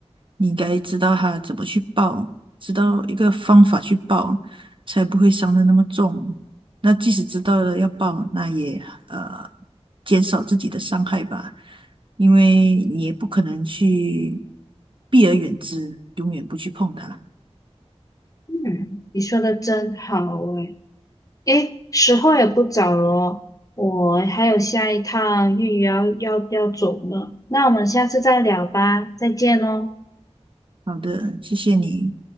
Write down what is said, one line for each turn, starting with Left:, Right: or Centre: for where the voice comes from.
Right: 你应该知道它怎么去抱，知道一个方法去抱，才不会伤的那么重。那即使知道了要抱，那也呃减少自己的伤害吧，因为你也不可能去避而远之，永远不去碰它。
Left: 嗯，你说的真好诶。诶，时候也不早了哦，我还有下一趟预约要要要走呢。那我们下次再聊吧，再见哦。
Right: 好的，谢谢你。